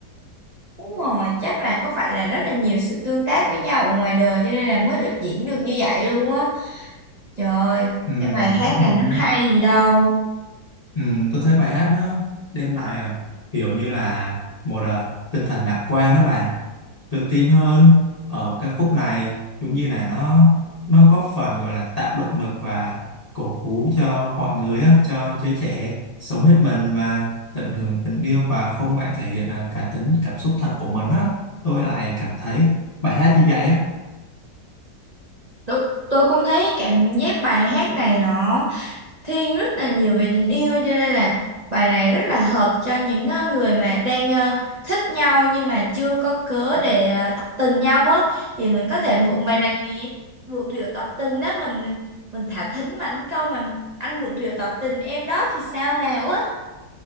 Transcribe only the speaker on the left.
ừ,
đúng
rồi
á
ừ, tôi thấy bài hát nó đem lại à, kiểu như là một à, tinh thần lạc quan đó bạn tự tin hơn ở các khúc này cũng như là nó nó góp phần gọi là tạo động lực và cổ vũ cho mọi người á, cho giới trẻ sống hết mình và tận hưởng tình yêu và không ngại thể hiện à, cá tính cảm xúc thật của mình á tôi lại cảm thấy bài hát như vậy á